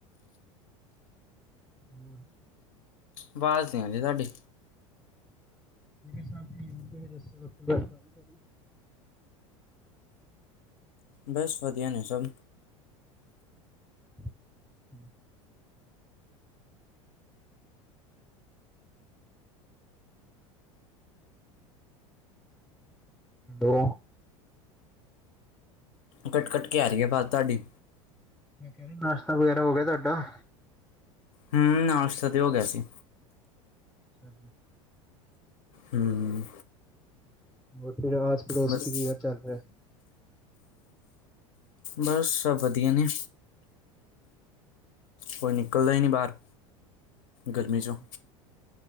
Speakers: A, in the centre; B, on the left (about 70°).
A: ਹੋਰ
B: ਆਵਾਜ਼ ਨੀ ਆਦੀ ਤੁਆਡੀ
A: <unintelligible> ਦੱਸੋ ਹਾਂਜੀ ਭਾਜੀ।
B: ਬਸ ਵਦੀਆ ਨੇ ਸਬ।
A: <inaudible> ਦੋ
B: ਕੱਟ, ਕੱਟ ਕੇ ਆ ਰਈ ਐ ਵਾਜ ਤੁਆਡੀ।
A: ਮੈਂ ਕੈ ਰਿਆ ਨਾਸ਼ਤਾ ਵਗੈਰਾ ਹੋ ਗਿਆ ਤੁਆਡਾ?
B: ਹੂੰ ਨਾਸ਼ਤਾ ਤੇ ਹੋ ਗਿਆ ਸੀ
A: <inaudible>
B: ਹੂੰ
A: ਹੋਰ ਫਿਰ ਆਸ ਪੜੋਸ
B: ਬਸ
A: ਚ ਕੀ ਗ ਚੱਲ ਰਿਯਾ
B: ਬਸ ਸਭ ਵਧੀਆ ਨੇ ਕੋਈ ਨਿਕਲਦਾ ਹੀ ਨਹੀਂ ਬਾਹਰ ਗਰਮੀ
A: ਹਾਂ
B: ਚੋਂ